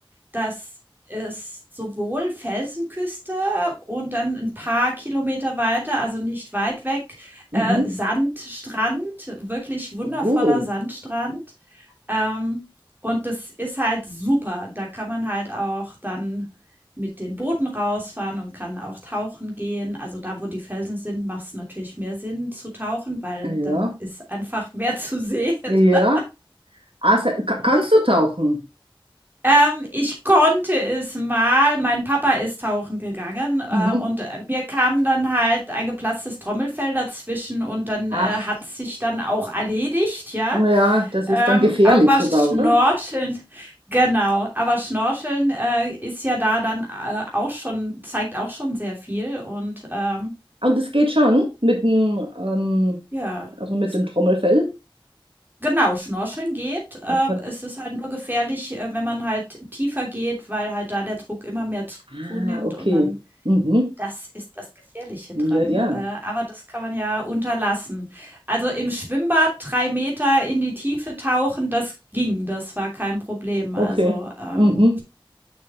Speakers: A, on the right (about 20°); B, on the right (about 80°).
A: dass es sowohl Felsenküste und dann ein paar Kilometer weiter, also nicht weit weg,
B: Mhm.
A: äh, Sandstrand, wirklich wundervoller
B: Oh,
A: Sandstrand. Ähm, und das ist halt super. Da kann man halt auch dann mit den Booten rausfahren und kann auch tauchen gehen. Also da, wo die Felsen sind, macht es natürlich mehr Sinn zu tauchen, weil
B: ja,
A: dann ist einfach mehr zu sehen. <laughs>
B: ja. Also, ka- kannst du tauchen?
A: Ähm, ich konnte es mal. Mein Papa ist tauchen gegangen äh,
B: Mhm.
A: und äh, mir kam dann halt ein geplatztes Trommelfell dazwischen und dann
B: Ach,
A: äh, hat sich dann auch erledigt, ja.
B: ja, das
A: Ähm,
B: ist dann gefährlich
A: aber
B: sogar,
A: Schnorcheln,
B: oder?
A: <laughs> genau. Aber Schnorcheln äh, ist ja da dann äh, auch schon, zeigt auch schon sehr viel. Und ähm,
B: Und es geht schon mit dem, ähm,
A: ja,
B: also mit
A: s-
B: dem Trommelfell.
A: genau, Schnorcheln geht. Äh,
B: Okay.
A: es ist halt nur gefährlich, äh, wenn man halt tiefer geht, weil halt da der Druck immer mehr zu-
B: Ah,
A: zunimmt
B: okay.
A: und dann.
B: Mhm.
A: Das ist das Gefährliche
B: Ja,
A: dran.
B: ja.
A: Äh, aber das kann man ja unterlassen. Also im Schwimmbad drei Meter in die Tiefe tauchen, das ging, das war kein Problem.
B: Okay.
A: Also ähm,
B: Mhm.